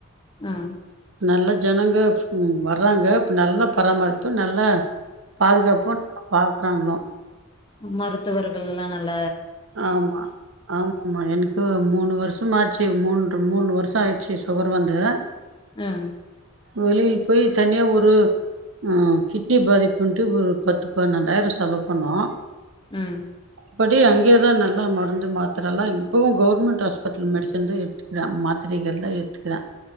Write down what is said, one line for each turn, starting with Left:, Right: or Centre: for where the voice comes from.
Left: ஆஹ்
Right: நல்ல ஜனங்க உம் வர்றாங்க நல்ல பராமரிப்பு நல்ல பாதுகாப்பு பா வறாங்களோ
Left: மருத்துவர்கள்ளா நல்ல
Right: ஆமா ஆமாமா எனக்கு மூணு வருஷம் ஆச்சு மூன்று மூணு வருஷோ ஆயிர்ச்சு சுகர் வந்து
Left: ம்
Right: வெளில போய் தனியா ஒரு ஆஹ் கிட்னி பாதிப்புன்ட்டு ஒரு பத்து பன்னெண்டாயிரோ செலவு பண்ணோ
Left: உம்
Right: அப்படி அங்கயேதா நல்லா மருந்து மாத்திரல்லா இப்பவு கவுர்மெண்ட் ஹாஸ்பெட்டல் மெடிசன்தா எடுத்துக்கற மாத்திரைகள் எல்லா எடுத்துக்கற